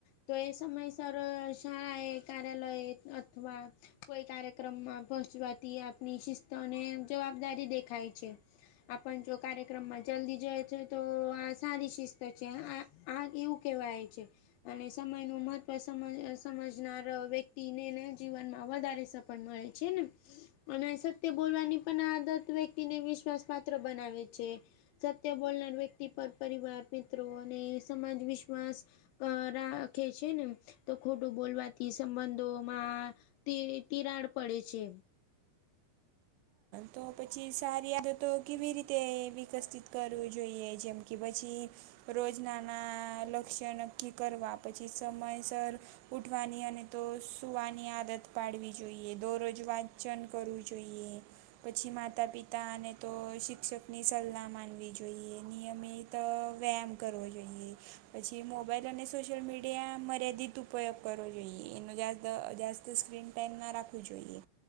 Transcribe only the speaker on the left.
તો એ સમય સરર શાળાએ કાર્યાલય અથવા કોઈ કાર્યક્રમમાં પહોચવાથી આપની શિસ્ત અને જવાબદારી દેખાય છે. આપણ જો કાર્યક્રમમાં જલ્દી જઈ છે, તો આ સારી શિસ્ત છે. આ આ કેવું કેવાય છે? અને સમયનું મહત્વ સમજ સમજનાર વ્યક્તિને જીવનમાં વધારે સ પણ મળે છેને અને સત્ય બોલવાની પણ આદત વ્યક્તિને વિશ્વાસ પા ત્ર બનાવે છે. સત્ય બોલનાર વ્યક્તિ પર પરિવાર મિત્રો અને સમાજ વિશ્વાસ અ રાખે છેને, તો ખોટું બોલવાથી સંબંધોમાં તિ તિરાડ પડે છે.